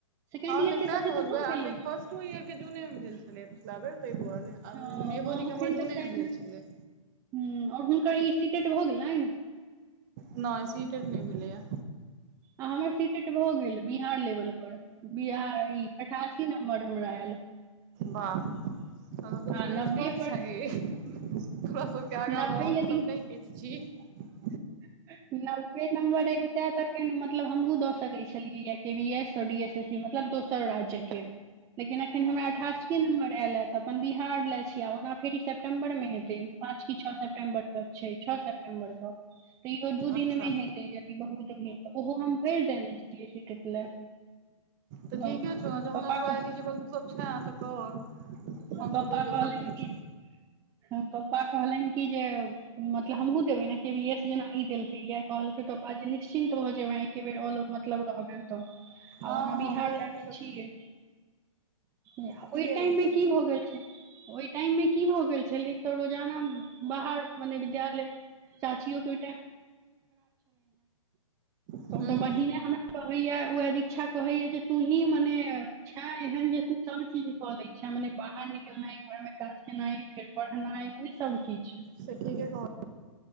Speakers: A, on the right; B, on the right.
A: सेकेंड
B: हँ
A: ईयर
B: नहि
A: के
B: तैं
A: तऽ से
B: कहलै
A: तऽ भऽ
B: आ
A: गेलै
B: नहि फर्स्टो इयर के जूने मे भेल छलै पिछला बेर तहि दुआरे आ
A: हँ
B: मेघो दी
A: एखन
B: के हमर
A: तक
B: जूने
A: शायद
B: मे भेल छलै
A: नहि आओर हुनकर ई सीटेट भऽ गेलेन
B: न सीटट नैय भैले य
A: आ हमर सीटेट भऽ गेल बिहार लेवल पर बिहार ई अठासी नम्बर हमरा आयल <inaudible>
B: वाह तहन
A: आ
B: तु
A: नब्बे
B: एक्सपोट
A: पर
B: छै गै हमोरा सबके आगाँ
A: नब्बे
B: मे असभ
A: यदि
B: नहि किछु छी
A: <inaudible> नब्बे नम्बर अबिते तखन मतलब हमहूँ दऽ सकैत छलियैा के बी एस स डी एस एस बी मतलब दोसर राज्य के लेकिन अखन
B: हँ
A: हमरा अठासी नं्बर एयल तऽ अपन बिहार लए छी आ ओना फेर ई सेप्टम्बरमे हेतै पाँची छओ सेप्टम्बर तक छै छओ सेट <unintelligible> तऽ इहो दू दिन
B: अच्छा
A: मे हेतै य बहुत ऽ ओहो हम भरि देने छियै सीटट लए
B: तऽ ठीके
A: पप्पा
B: छौ ने ज
A: कह
B: ए एलिजेबल तऽ सब छ तऽ कर हम
A: पप्पा
B: सब तहि जोगरक
A: कहलनि
B: ने
A: कि
B: छी
A: पप्पा कहलनि कि जे मतलब हमहुँ देबै ने के वी एस जेना ई देलकै यया कहलकै पापा जेी निश्चिन्त भऽ जेयबै एके बेर ऑलर मतलब रहबनि तऽ
B: हँ
A: आ ने
B: हँ
A: बिहार
B: भऽ जेतौ
A: लमे
B: तऽ
A: छियै ओहि
B: ठीके
A: टाइम
B: रहतौ
A: मे की भऽ गेल छै ओहि टाइम मे की भऽ गेल छल एक तऽ रोजाना बाहर मने विद्यालय चाचियो हु
B: हूँ
A: ख कहैया ओ दच्षा कहैया जे तू ही मने छ एहन जे तू सब चीज कऽ ले छ अच्छा मने बाहर निकलनाइ घर में काज केनाइ फेर पढ़नाइ ओहि सब किछु
B: से ठीके कह